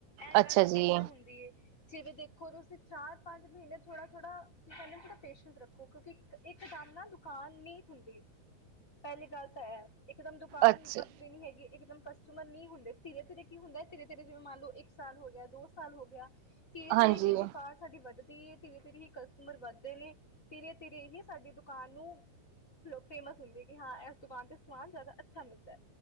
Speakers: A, on the left (about 20°); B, on the right (about 90°).
A: ਇਹ
B: ਅੱਛਾ
A: ਗੱਲ
B: ਜੀ
A: ਹਮੇਸ਼ਾ ਹੁੰਦੀ ਏ। ਜਿਵੇਂ ਦੇਖੋ। ਤੁਸੀਂ ਚਾਰ-ਪੰਜ ਮਹੀਨੇ ਥੋੜਾ-ਥੋੜਾ ਕੀ ਕਰਨਾ ਥੋੜਾ ਪੇਸ਼ੈਂਸ ਰੱਖੋ। ਕੋਉਂਕਿ! ਇੱਕ ਦਮ ਨਾ ਦੁਕਾਨ ਨੀ ਹੁੰਦੀ। ਪਹਿਲੀ ਗੱਲ ਤਾਂ ਐਹ ਇਕ ਦਮ ਦੁਕਾਨ
B: ਅੱਛਾ
A: ਬਦ ਵਿਗ ਨੀ ਹੈਗੀ। ਇੱਕ ਦਮ ਕਸਟਮਰ ਨਹੀਂ ਹੁੰਦੇ। ਧੀਰੇ- ਧੀਰੇ ਕੀ ਹੁੰਦਾ ਏ। ਧੀਰੇ-ਧੀਰੇ ਜਿਵੇਂ ਮੰਨ ਲੌ। ਇੱਕ ਸਾਲ ਹੋ ਗਿਆ, ਦੋ ਸ ਸਾਲ ਹੋ ਗਿਆ। ਧੀਰੇ -
B: ਹਾਂਜੀ।
A: ਧੀਰੇ ਕੀ ਏ ਦੂ ਕਾਂਨ ਸਾਡੀ ਵੱਧਦੀ ਐ। ਧੀਰੇ- ਧੀਰੇ ਹੀ ਕਸਟਮਰ ਵੱਧਦੇ ਨੇ, ਧੀਰੇ-ਧੀਰੇ ਹੀ ਸਾਡੀ ਦੁਕਾਨ ਨੂੰ ਲੋਕ ਫੇਮਸ ਹੁੰਦੀ ਐ। ਕਿ ਹਾਂ ਐਸ ਦੁਕਾਨ ਤੇ ਸਮਾਨ ਜ਼ਿਆਦਾ ਅੱਛਾ ਮਿਲਦਾ ਐ।